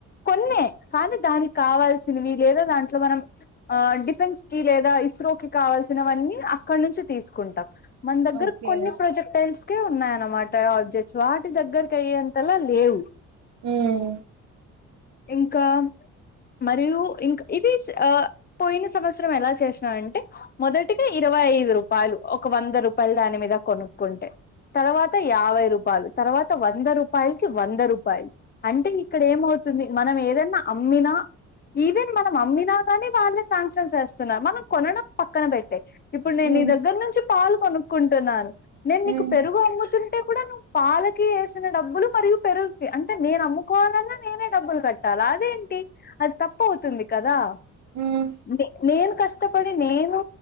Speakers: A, on the left (about 30°); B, on the right (about 65°).
A: కొన్నే కానీ దానికి కావాల్సినవి లేదా దాంట్లో మనం ఆ డిఫెన్స్కి లేదా ఇస్రోకి కావల్సినవన్నీ అక్కడ్నుంచి తీసుకుంటం. మన దగ్గర
B: ఓకే
A: ప్రోజెక్టైల్స్కే ఉన్నాయి అనమాట ఆబ్జెక్ట్స్ వాటి దగ్గరకి అయ్యేంతలా లేవు.
B: ఉమ్
A: ఇంకా మరియు ఇంక ఇది ఆ పోయిన సంవత్సరం ఎలా చేశినా అంటే మొదటిగా ఇరవై ఐదు రూపాయలు ఒక వంద రూపాయలు దాని మీద కొనుక్కుంటే. తర్వాత యాబై రూపాయలు తర్వాత వంద రూపాయల్కి వంద రూపాయలు. అంటె ఇక్కడ ఏమవుతుంది మనం ఏదన్నా అమ్మినా ఈవెన్ మనం అమ్మినా గాని వాళ్ళే సాంక్షన్ ఎస్తున్నారు మనం కొనడం పక్కన పెట్టేయి ఇప్పుడు నేను
B: ఉమ్
A: నీ దగ్గర నుంచి పాలు కొనుక్కుంటున్నాను నేను నీకు
B: ఉమ్
A: పెరుగు అమ్ముతుంటే కూడా నువ్ పాలకి ఎసిన డబ్బులు మరియు పెరుగుకి అంటే నేను అమ్ముకోవాలన్న డబ్బులు కట్టాలి అదేంటి అది తప్పవుతుంది కదానె
B: ఉమ్
A: నేను కష్ కష్ట పడేది నేను